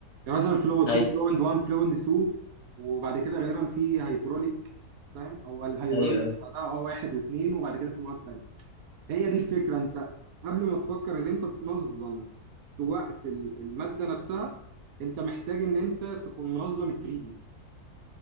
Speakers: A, on the right (about 70°); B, on the left (about 70°).
A: يعني مثلا فلويد
B: ايوه
A: في فلويد 1 فلويد 2 وبعد كده غالبا في هيدروليك فاهم؟ أو الهيدروليكس
B: ايوه ايوه
A: بعدها أه واحد واثنين وبعد كده في مواد تانية هي دي الفكرة أنت قبل ما تفكر إن أنت تنظم وقت ال- المادة نفسها أنت محتاج إن أنت تكون منظم ال 3